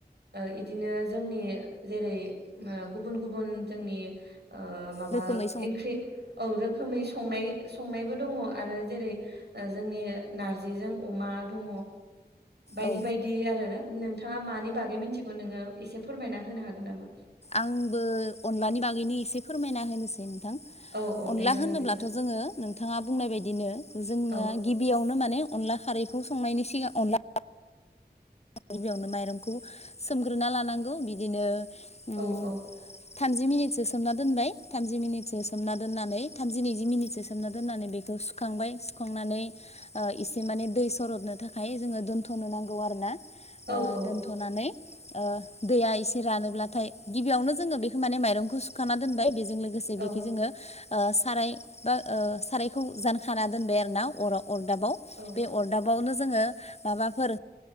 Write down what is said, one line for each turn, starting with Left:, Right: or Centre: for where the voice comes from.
Right: बिदिनो जोंनि जेरै गुबुन- गुबुन जोंनि ओ
Left: रोखोमै
Right: बा ओंख्रै औ रोखोमै <unintelligible> संनाय -संनायबो दङ आरो जेरै जोंनि नारजिजों अमा दङ। बायदि
Left: औ
Right: -बायदि आरो ना नोंथाङा मानि बागै मिथिगौ नोङो एसे फोरमायना होनो हागोन नामा?
Left: आंबो अनलानि बागैनो एसे फोरमायना होनोसै नोंथां।
Right: औ औ
Left: अनला
Right: दे जागोन
Left: होनोब्लाथ'
Right: दे होमबा
Left: जोङो नोंथाङा बुंनाय बादिनो जोंनो
Right: औ
Left: गिबियावनो माने अनला खारैखौ संनायनि सिगां अनला गिबियावनो माइरंखौ सोमग्रोना लानांगौ बिदिनो उम
Right: औ औ।
Left: थामजि मिनिटसो सोमना दोनबाय। थामजि मिनिटसो सोमना दोननानै थामजि नैजि मिनिटसो सोमना दोन्नानै बेखौ सुखांबाय। सुखांनानै एसे माने दै सरथ'नो थाखाय जोङो दोनथ'नो नांगौ आरोना
Right: औ
Left: ओ
Right: औ
Left: दोनथ'नानै <unintelligible> दैया एसे रानोब्ला थाय, गिबियावनो जोङो बेखौ मायरंखौ सुखाना दोनबाय। बेजों लोगोसे बेखि
Right: औ
Left: जोङो ओ साराय बा ओ सारायखौ जानखाना दोनबाय आरो ना अराव। अरदाबाव
Right: औ
Left: बे अरदाबावनो जोङो माबाफोर